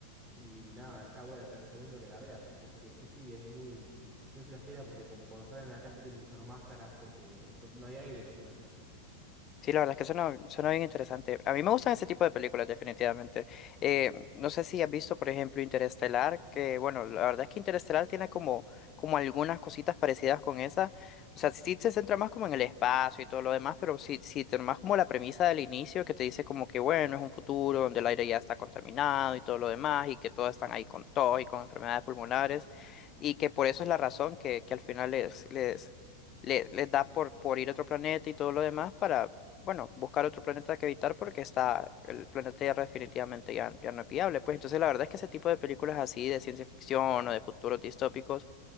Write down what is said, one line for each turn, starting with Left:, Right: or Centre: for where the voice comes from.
Right: Y nada, está buena, te recomiendo que la veas. Así que sí, sí, es muy, muy flashera porque como cuando salen a la calle tienen que usar máscaras porque no, no hay aire, básicamente.
Left: Sí, la verdad es que suena, suena bien interesante. A mí me gustan ese tipo de películas, definitivamente. Eh, no sé si has visto, por ejemplo, Interestelar, que bueno, la verdad es que Interestelar tiene como, como algunas cositas parecidas con esa. O sea, sí se centra más como en el espacio y todo lo demás, pero sí, sí tiene más como la premisa del inicio que te dice como que bueno, es un futuro donde el aire ya está contaminado y todo lo demás, y que todos están ahí con tos y con enfermedades pulmonares, y que por eso es la razón que, que al final les, les, le- les, da por, por ir a otro planeta y todo lo demás para bueno, buscar otro planeta que evitar porque está, el planeta Tierra definitivamente ya, ya no es viable. Pues entonces la verdad es que ese tipo de películas así de ciencia ficción o de futuros distópicos